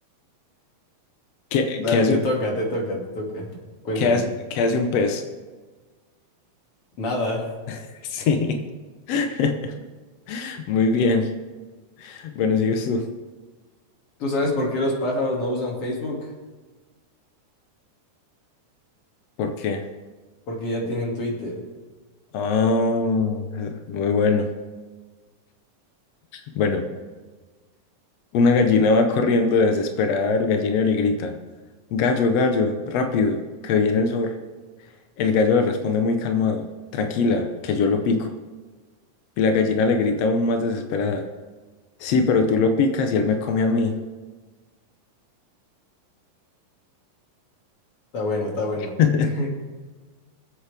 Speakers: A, on the left (about 80°); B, on the left (about 45°).
A: ¿Qué,
B: Dale,
A: qué hace,
B: te
A: un-
B: toca, te toca, te toca. Cuéntame.
A: qué hace, qué hace un pez?
B: Nada.
A: <laughs> Sí. <laughs> Muy bien. Bueno, sigues tú.
B: ¿Tú sabes por qué los pájaros no usan Facebook?
A: ¿Por qué?
B: Porque ya tienen Twitter.
A: Ah, muy bueno. Bueno, una gallina va corriendo desesperada al gallinero y grita, Gallo, gallo, rápido, que viene el zorro. El gallo le responde muy calmado, Tranquila, que yo lo pico. Y la gallina le grita aún más desesperada, Sí, pero tú lo picas y él me come a mí.
B: Está bueno, está bueno.
A: <laughs>
B: <laughs>